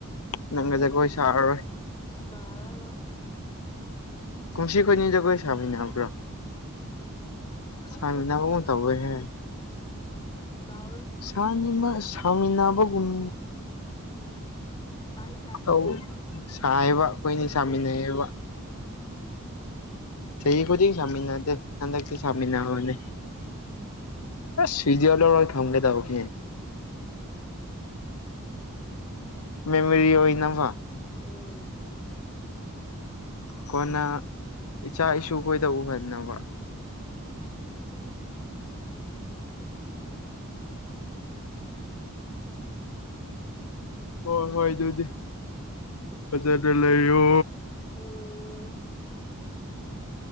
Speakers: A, on the left (about 85°); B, on the left (about 20°).
A: ꯅꯪꯒ
B: ꯑꯃꯨꯛ
A: ꯖꯒꯣꯏ ꯁꯥꯔꯔꯣꯏ
B: ꯆꯥꯔꯔꯣꯏ
A: ꯀꯨꯝꯁꯤ ꯈꯣꯏꯅꯤ ꯖꯒꯣꯏ ꯁꯥꯃꯤꯟꯅꯍꯧꯕ꯭ꯔꯣ
B: ꯈꯪꯗꯦ
A: ꯁꯥꯥꯟꯃꯤꯟꯅꯍꯧꯒꯨꯝ
B: ꯁꯥꯕ꯭ꯔꯥ
A: ꯇꯧꯋꯦꯍꯦ
B: ꯀꯥꯎꯔꯦ
A: ꯁꯅꯤꯃ ꯁꯃꯤꯅꯕꯒꯨꯝ
B: ꯊꯥꯏ
A: ꯇꯧ ꯁꯥꯏꯌꯦꯕ ꯑꯈꯣꯏꯅꯤ
B: ꯎꯝ
A: ꯁꯥꯃꯤꯟꯅꯩꯌꯦꯕ ꯆꯍꯤ ꯈꯨꯗꯤꯡ ꯁꯥꯃꯤꯅꯗꯦ ꯍꯟꯗꯛꯗꯤ ꯁꯥꯃꯤꯅꯕꯅꯦ
B: ꯎꯝ
A: ꯑꯁ ꯁꯤꯖꯦ ꯂꯧꯔꯣꯏ ꯐꯪꯒꯗꯧꯅꯦ ꯃꯦꯃꯔꯤ ꯑꯣꯏꯅꯕ
B: ꯑꯣ
A: ꯀꯣꯟꯅ ꯏꯆꯥ ꯏꯁꯨ ꯈꯣꯏꯗ ꯎꯍꯟꯅꯕ
B: ꯎꯝ
A: ꯍꯣꯏ ꯍꯣꯏ ꯑꯗꯨꯗꯤ ꯐꯖꯅ ꯂꯩꯌꯣ
B: ꯎꯡ